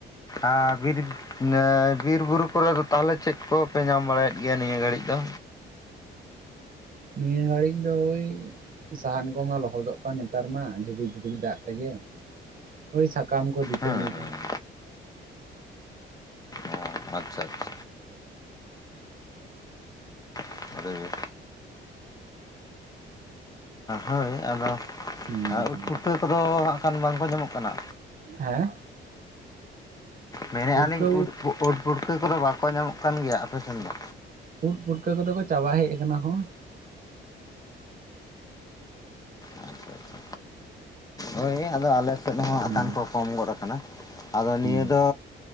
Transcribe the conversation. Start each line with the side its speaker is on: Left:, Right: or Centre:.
Left: ᱟ ᱵᱤᱨ ᱱᱮᱻ ᱵᱤᱨ ᱵᱩᱨᱩ ᱠᱚᱨᱮ ᱫᱚ ᱛᱟᱦᱚᱞᱮ ᱪᱮᱫ ᱠᱚᱯᱮ ᱧᱟᱢ ᱵᱟᱲᱟᱭᱮᱫ ᱜᱮᱭᱟ ᱱᱤᱭᱟᱹ ᱜᱷᱟᱹᱲᱤᱡ ᱫᱚ?
Right: ᱱᱤᱭᱟ ᱜᱷᱟᱲᱤᱹᱡ ᱫᱟ ᱳᱭ ᱥᱟᱦᱟᱱ ᱠᱚᱢᱟ ᱞᱚᱦᱚᱫᱚᱜ ᱠᱟᱱ ᱱᱮᱛᱟᱨ ᱢᱟ ᱡᱷᱤᱨᱤ ᱡᱷᱤᱨᱤ ᱫᱟᱜ ᱛᱮᱜᱮ ᱳᱭ ᱥᱟᱠᱟᱢ ᱠᱚ ᱫᱟᱹᱛᱟᱹᱱᱤ
Left: ᱦᱮᱸ ᱦᱮᱸ
Right: ᱠᱚ᱾
Left: ᱚ ᱟᱪᱪᱷᱟ ᱟᱪᱪᱷᱟ <unintelligible> ᱞᱟᱹᱭ ᱵᱮᱱ᱾ ᱦᱳᱭ ᱟᱫᱚ
Right: ᱦᱩᱸ ᱦᱩᱸ
Left: ᱩᱫ ᱯᱩᱴᱠᱟᱹ ᱠᱚᱫᱚ ᱦᱟᱸᱜ ᱠᱷᱟᱱ ᱵᱟᱝᱠᱚ ᱧᱟᱢᱚᱜ ᱠᱟᱱᱟ᱾
Right: ᱦᱮᱸ
Left: ᱢᱮᱱᱮᱫ-ᱟ
Right: ᱯᱩᱴᱠᱟᱹ
Left: ᱞᱤᱧ ᱩᱸᱫ ᱯᱩᱴᱠᱟᱹ ᱠᱚᱫᱚ ᱵᱟᱠᱚ ᱧᱟᱢᱚᱜ ᱠᱟᱱ ᱜᱮᱭᱟ ᱟᱯᱮ ᱥᱮᱱ ᱫᱚ᱾
Right: ᱩᱫ ᱯᱩᱴᱠᱟᱹ ᱠᱚᱫᱚ ᱠᱚ ᱪᱟᱵᱟ ᱦᱮᱡ ᱠᱟᱱᱟ ᱠᱚ᱾
Left: ᱟᱪᱪᱷᱟ ᱟᱪᱪᱷᱟ ᱦᱳᱭ ᱟᱫᱚ ᱟᱞᱮ ᱥᱮᱫ ᱦᱚᱸ
Right: ᱦᱩᱸ
Left: ᱟᱠᱷᱟᱱ ᱠᱚ ᱠᱚᱢ ᱜᱚᱫ ᱠᱟᱱᱟ ᱟᱫᱚ ᱱᱤᱭᱟᱹ
Right: ᱦᱩᱸ
Left: ᱫᱚ